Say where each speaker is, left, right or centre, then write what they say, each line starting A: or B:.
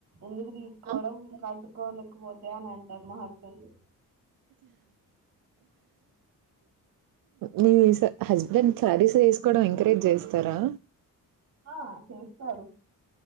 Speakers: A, on the right (about 50°); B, on the right (about 80°).
A: ఎందుకు తీసుకోవడం
B: ఆ?
A: ఇంకా కోలేకపోతే అని అంటారు మా హస్బెండ్
B: మీ హస్బెండ్ శారీస్ వేసుకోవడం ఎంకరేజ్ చేస్తారా
A: ఆ చేస్తారు